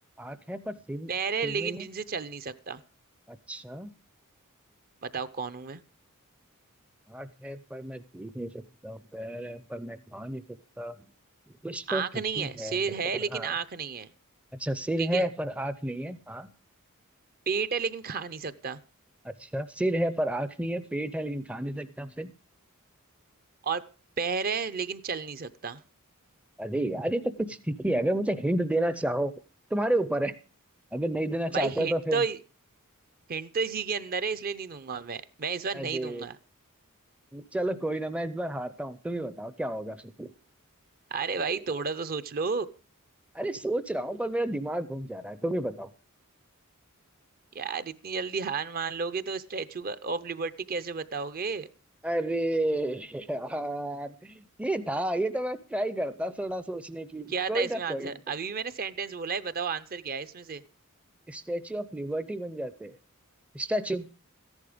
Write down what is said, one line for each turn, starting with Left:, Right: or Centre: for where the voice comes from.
Centre: आंख है पर सिर
Right: पैर है
Centre: सिर
Right: लेकिन
Centre: नहीं है
Right: जिनसे चल नहीं सकता
Centre: अच्छा
Right: बताओ कौन हूं मैं
Centre: हाथ है पर मैं देख नहीं सकता पैर है पर मैं खा नहीं सकता कुछ
Right: आंख
Centre: तो ट्रिकी
Right: नहीं है
Centre: है
Right: सिर है लेकिन
Centre: हाँ
Right: आंख नहीं है
Centre: अच्छा सिर
Right: ठीक
Centre: है
Right: है
Centre: पर आँख नहीं है हाँ
Right: पेट है लेकिन खा नहीं सकता
Centre: अच्छा सिर है पर आँख नहीं है पेट है लेकिन खा नहीं सकता फिर
Right: और पैर है लेकिन चल नहीं सकता
Centre: अरे यार ये तो कुछ ट्रिकी है अगर मुझे हिंट देना चाहो तुम्हारे ऊपर है अगर नहीं देना
Right: भाई
Centre: चाहते
Right: हिंट
Centre: हो तो फिर
Right: तो हिंट तो इसी के अंदर है इसलिए नहीं दूंगा मैं मैं इस बार
Centre: अरे
Right: नहीं दूंगा
Centre: चलो कोई ना मैं इस बार हारता हूँ तुम ही बताओ क्या होगा फिर
Right: अरे भाई थोड़ा तो सोच लो
Centre: अरे सोच रहा हूँ पर मेरा दिमाग घूम जा रहा है तुम ही बताओ
Right: यार इतनी जल्दी हार मान लोगे तो स्टैचू का ऑफ लिबर्टी कैसे बताओगे
Centre: अरे यार ये था ये तो मैं ट्राई करता थोड़ा सोचने की
Right: क्या
Centre: कोई
Right: था
Centre: ना
Right: इसमें आंसर
Centre: कोई ना
Right: अभी भी मैंने सेंटेंस बोला है बताओ आंसर क्या है इसमें से
Centre: स्टैचू ऑफ लिबर्टी बन जाते हैं स्टैचू